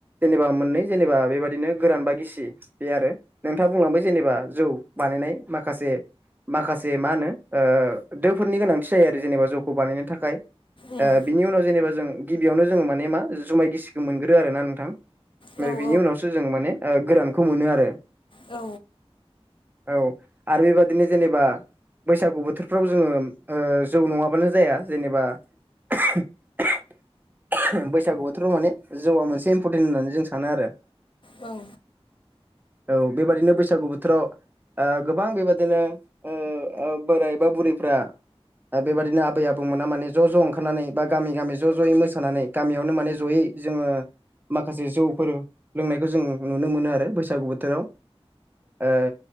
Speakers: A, on the right (about 20°); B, on the left (about 55°).
A: जेनेबा मोननै जेनेबा बेबादिनो गोरान बा गिसि बे आरो नोंथाङा बुंलांबाय जेनेबा जौ बानायनाय माखासे माखासे मा होनो ओ दोफोरनि गोनांथि जायो आरो जेनेबा जौखौ बानायनो थाखाय
B: उम
A: ओ
B: उम
A: बिनि उनाव जेनेबा जों गिबियावनो जोङो माने मा जुमाय गिसिखौ मोनग्रो आरो ना नोंथां। ओमफ्राय
B: औ औ
A: बिनि उनावसो जों माने गोरानखौ मोनो आरो
B: औ।
A: औ आरो बेबायदिनो जेनेबा बैसागु बोथोरफ्राव जोङो जौ नङाबानो जाया जेनेबा <unintelligible> बैसागु बोथोराव माने जौआ मोनसे इमपरटेन्ट होननानै जों सानो आरो
B: औ
A: औ बेबादिनो बैसागु बोथोराव गोबां बेबादिनो ओ आ बोरायबा बुरैफ्रा दा बेबायदिनो आबै आबौमोना माने ज' ज' ओंखारनानै बा गामि गामि ज' ज'यै मोसानानै गामियावनो माने जयै जोंङो माखासे जौफोर लोंनायखौ जों नुनो मोनो आरो बैसागु बोथोराव ओ